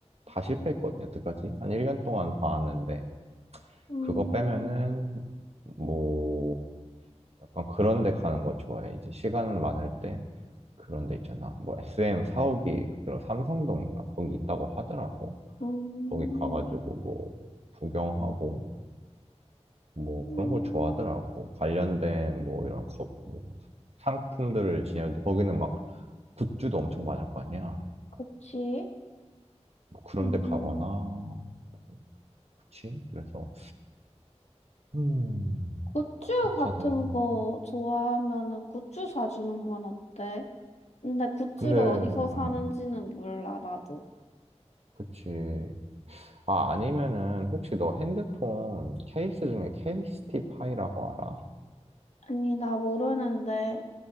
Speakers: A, on the right (about 60°); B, on the left (about 70°).
A: 다 실패했거든요, 여태까지. 한 1년 동안 봐왔는데,
B: 음,
A: 그거 빼면은, 뭐, 약간 그런 데 가는 거 좋아해. 이제 시간 많을 때, 그런 데 있잖아. 뭐, SM 사옥이, 그런 삼성동인가? 거기 있다고 하더라고.
B: 음,
A: 거기 가가지고 뭐 구경하고 뭐
B: 음,
A: 그런 걸 좋아하더라고. 관련된 뭐 이런 거, 뭐 상품들을 지녔는데 거기는 막 굿즈도 엄청 많을 거 아니야.
B: 그치?
A: 뭐 그런
B: 음,
A: 데 가거나 뭐 그치? 그래서 음
B: 굿즈
A: 포토카드랑
B: 같은 거 좋아하면은 굿즈 사주는 건 어때? 근데 굿즈를
A: 근데
B: 어디서 사는지는
A: 응,
B: 몰라, 나도.
A: 그치. 아 아니면은 혹시 너 핸드폰 케이스 중에 케이스티파이라고 알아?
B: 아니, 나 모르는데.